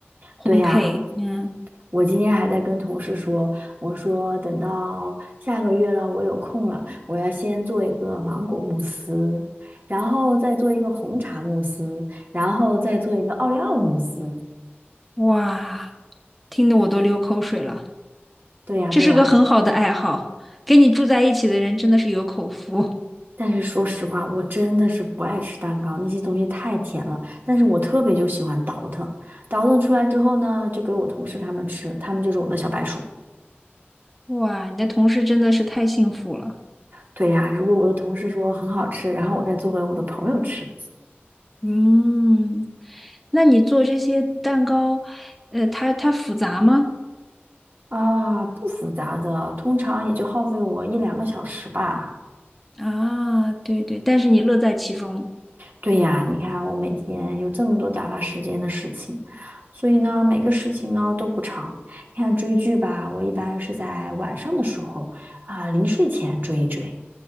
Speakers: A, in the centre; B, on the right.
A: 烘焙。
B: 对呀，
A: 嗯，
B: 我今天还在跟同事说，我说等到下个月了，我有空了，我要先做一个芒果慕斯，然后再做一个红茶慕斯，然后再做一个奥利奥慕斯。
A: 哇，听得我都流口水了。
B: 对呀，
A: 这是个很好的爱好，
B: 对呀。
A: 跟你住在一起的人真的是有口福。
B: 但是说实话，我真的是不爱吃蛋糕，那些东西太甜了。但是我特别就喜欢倒腾，倒腾出来之后呢，就给我同事他们吃，他们就是我的小白鼠。
A: 哇，你的同事真的是太幸福了。
B: 对呀，如果我的同事说很好吃，然后我再做给我的朋友吃，
A: 嗯，那你做这些蛋糕，呃，它它复杂吗？
B: 啊，不复杂的，通常也就耗费我一两个小时吧。
A: 啊，对对，但是你乐在其中。
B: 对呀，你看我每天有这么多打发时间的事情，所以呢，每个事情呢都不长。你看追剧吧，我一般是在晚上的时候啊，临睡前追一追。